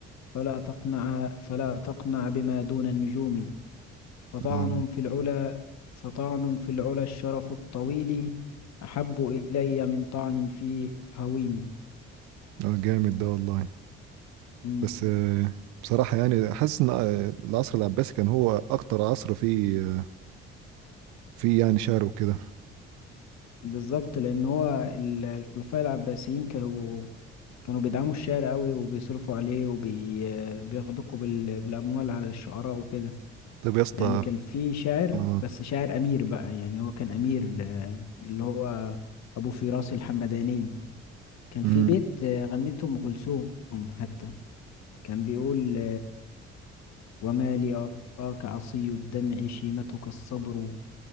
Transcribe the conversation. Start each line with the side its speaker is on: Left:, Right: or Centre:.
Left: فلا تقنع فلا تقنع بما دون النجوم فطعن
Right: اه
Left: في العلا فطعن في العلا الشرف الطويل أحب إلي من طعن في هويني
Right: آه، جامد ده والله
Left: مم.
Right: بس آه، بصراحة يعني حاسس ان آه، العصر العباسي كان هو اكتر عصر فيه آه، فيه يعني شعر وكده
Left: بالظبط لأن هو ال- الخلفاء العباسيين كانوا كانوا بيدعموا الشعر قوي وبيصرفوا عليه وبيغدقوا بالأموال على الشعراء وكده
Right: طب يا اسطى
Left: يعني كان في شاعر
Right: آه،
Left: بس شاعر أمير بقى يعني هو كان أمير آه، اللي هو أبو فراس الحمداني كان في
Right: مم،
Left: بيت آه، غنته أم كلثوم حتى كان بيقول وما لي أراك عصي الدمع شيمتك الصبر